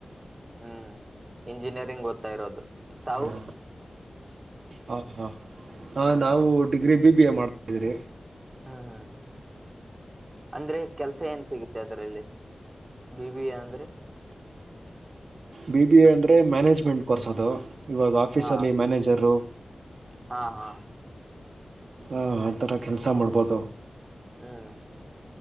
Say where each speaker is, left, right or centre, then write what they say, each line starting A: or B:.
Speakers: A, on the right; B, on the right.
A: ಹ್ಮ್ ಇಂಜಿನಿಯರಿಂಗ್ ಓತ್ತ ಇರೋದು. ತಾವು
B: ಹಾ. ಹಾ ಹಾ ಹ ನಾವು ಡಿಗ್ರಿ ಬಿ ಬಿ ಎ ಮಾಡ್ತಿದ್ರಿ.
A: ಹ್ಮ್ ಹ್ಮ್ ಅಂದ್ರೆ ಕೆಲ್ಸ ಏನ್ ಸಿಗುತ್ತೆ ಅದ್ರಲ್ಲಿ. ಬಿ ಬಿ ಎ ಅಂದ್ರೆ.
B: ಬಿ ಬಿ ಎ ಅಂದ್ರೆ ಮ್ಯಾನೇಜ್ಮೆಂಟ್ ಕೋರ್ಸ್ ಅದು ಇವಾಗ ಆಫೀಸಲ್ಲಿ
A: ಹಾ
B: ಮ್ಯಾನೇಜರು.
A: ಹಾ ಹಾ.
B: ಹಾ ಅತರ ಕೆಲ್ಸ ಮಾಡ್ಬೋದು.
A: ಹ್ಮ್.